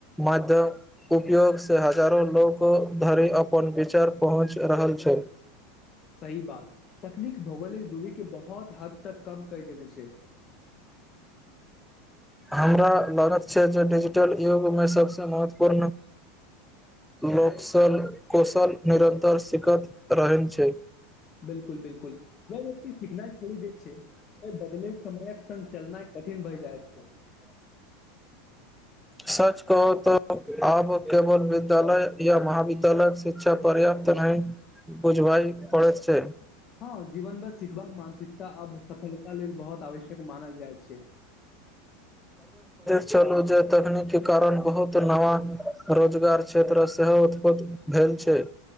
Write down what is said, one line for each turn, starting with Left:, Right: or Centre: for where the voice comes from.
Centre: माध्यम उपयोगसँ हजारो लोक धरि अपन विचार पहुँच रहल छल।
Left: सही बात तकनीक भौगोलिक दूरी के बहुत हद तक कम कर देने छै।
Centre: हमरा लागत। छै जे डिजिटल युगमे सबसँ महत्वपूर्ण लोक कौशल निरन्तर सखैत रहै छै।
Left: बिलकुल -बिलकुल ज व्यक्ति सीखनाइ खो द छै। अगले समयक संगङ्ग चलनाइ कठिन भए जाइत छै।
Centre: सच कह तऽ आब केवल विद्यालय या महाविद्यालय शिक्षा पर्याप्त नहि बुझबाइ पड़ैत छै।
Left: हँ जीवन भर सिखबाक मानसिकता आब सफलता लेल बहुत आवश्यक मानल जाइ छै।
Centre: चलू जे! तकनीक के कारण बहुत नवा रोजगार क्षेत्र सेहो उत्पन भेल छै।